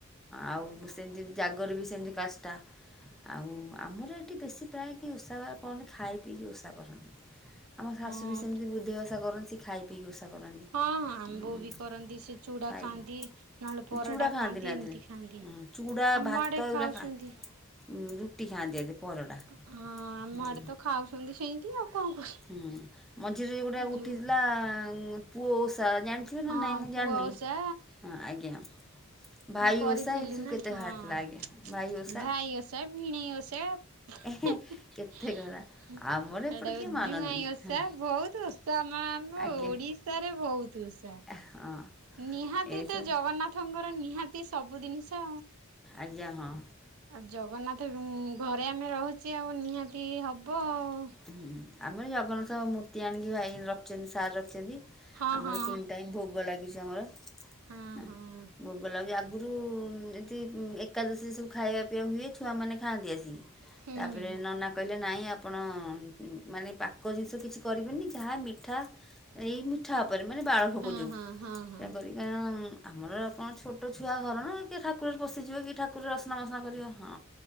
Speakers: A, in the centre; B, on the right.
A: ଆଉ ସେମିତି ଜାଗର ବି ସେମିତି କାଷ୍ଟା। ଆଉ ଆମର ଏଠି ବେଶୀ ପ୍ରାୟ କିଏ ଉଷା ବାର କରନ୍ତି ଖାଇ ପିଇକି ଉଷା କରନ୍ତି। ଆମ ଶାଶୁ
B: ହଁ
A: ବି ସେମିତି ବୁଦ୍ଧେଇ ଓଷା କରନ୍ତି ସେ ଖାଇ ପିଇକି ଉଷା କରନ୍ତି
B: ହଁ ଆମ୍ବ
A: ହୁଁ
B: ବି କରନ୍ତି ସେ ଚୁଡ଼ା
A: ଖାଇକି
B: ଖାଆନ୍ତି ନହେଲେ ପରଟା
A: ଚୁଡ଼ା ଖାଆନ୍ତି ନା
B: ଏମିତି
A: ଧେରେ
B: ଖାଆନ୍ତି।
A: ହୁଁ ଚୂଡା,
B: ଆମ
A: ଭାତ
B: ଆଡେ ଖାଉଛନ୍ତି
A: ଏଗୁରା ଖାନ୍ତିନି ଉଁ ରୁଟି ଖାଆନ୍ତିି ଆ ଧେରେ। ପରଟା।
B: ହଁ ଆମ
A: ହୁଁ
B: ଆଡେ ତ ଖାଉଛନ୍ତି ସେମିତି ଆଉ କଣ କର
A: ହୁଁ ମଝିରେ ଗୋଟେ
B: ଯୋଉ
A: ଉଠିଥିଲା ଉଁ ପୁଅ ଉଷା ଜାଣିଥିବେ
B: ହଁ
A: ନା ନାଇଁ ମୁଁ
B: ପୁଅ
A: ଜାଣିନି
B: ଓଷା
A: ହଁ ଆଜ୍ଞା। ଭାଇ
B: ମୁଁ କରିଥିଲି
A: ଓଷା ଏମିତି ସବୁ
B: ନା
A: କେତେ
B: ହଁ
A: ବାହାରିଥିଲା ଆଜ୍ଞା ଭାଇ ଓଷା।
B: ଭାଇ ଓଷା ଭିଣେଇ ଓଷା ହେଇଟାକୁ
A: ଏହେଁ କେତେ କରା ଆମର ଏପଟେ କିଏ ମାନନ୍ତିନି
B: ଜୁଆଇଁ ଓଷା
A: ହଁ
B: ବହୁତ ଓ ତ ଆମ ଆମ
A: ଆଜ୍ଞା।
B: ଓଡିଶାରେ ବହୁତ ଓଷା।
A: ହଁ।
B: ନିହାତି
A: ଏସବୁ
B: ତ ଜଗନ୍ନାଥଙ୍କର ନିହାତି ସବୁ ଦିନିଷ
A: ଆଜ୍ଞା ହଁ।
B: ଆଉ ଜଗନ୍ନାଥ ବି ଘରେ ଆମେ ରହୁଚେ ଆଉ ନିହାତି ହବ ଆଉ।
A: ହୁଁ ଆମର ଜଗନ୍ନାଥଙ୍କ ମୂର୍ତ୍ତି ଆଣିକି ଭାଇ ରଖିଛନ୍ତି ସାର ରଖିଛନ୍ତି।
B: ହଁ
A: ଆମର
B: ହଁ
A: ତିନି ଟାଇମ ଭୋଗ ଲାଗିଛି ଆମର
B: ହଁ
A: ଆଁ
B: ହଁ ହଁ।
A: ଭୋଗ ଲାଗେ ଆଗରୁ ଏମିତି ଏକାଦଶୀ ସବୁ ଖାଇବା ପିଇବା ହୁଏ ଛୁଆମାନେ ଖାଆନ୍ତି ଆସିକି
B: ହୁଁ
A: ତାପରେ
B: ହୁଁ।
A: ନନା କହିଲେ ନାଇଁ ଆପଣ ଉଁ ଉଁ ମାନେ ପାକ ଜିନିଷ କିଛି କରିବେନି ଯାହା ମିଠା ଏଇ ମିଠା ଉପରେ ମାନେ ବାଳ ଭୋଗୁଛୁ
B: ହଁ ହଁ ହଁ ହଁ
A: ଏହାକରି କାରଣ ଆମର କଣ ଛୋଟ ଛୁଆ ଘର ନା କିଏ ଠାକୁର ଘରେ ପଶିଯିବେ କି ଠାକୁର ଅସନା ମସନା କରିବ ହଁ